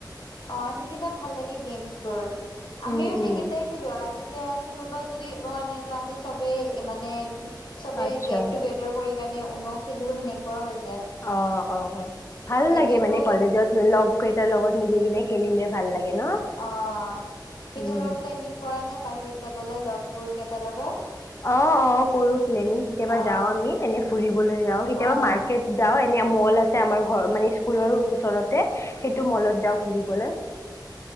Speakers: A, on the left; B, on the left.
A: অ', সেইকেইটা ভাল লাগে গেমছ বোৰ, আমিও
B: উম উম
A: সেইকেইটাই খেলো আৰু যেতিয়া কোনোবাই যদি উনো আনে তেতিয়া আমি চবেই মানে চবেই
B: আচ্ছা
A: গেট টুগেডাৰ কৰি কাৰনে উনো খেলো সেনেকুৱা হৈ যায়।
B: অ', অ', ভাল
A: এতিয়াতো
B: লাগে মানে কলেজত ল'গ কেইটাৰ লগত মিলি কিনে খেলিলে। ভাল লাগে ন'!
A: অ', কেতিয়াবা
B: উম
A: প্লেনিং কৰা নে বাহিৰত যাবলে লগবোৰ কেইটাৰ লগত?
B: অ', অ', কৰো প্লেনিং কেতিয়াবা
A: অ',
B: যাও আমি এনেই ফুৰিবলৈ যাওঁ, কেতিয়াবা
A: অ',
B: মাৰ্কেট যাও এনে ম'ল আছে আমাৰ ঘৰ মানে স্কুলৰ ওচৰতে সেইটো ম'লত যাওঁ ফুৰিবলৈ।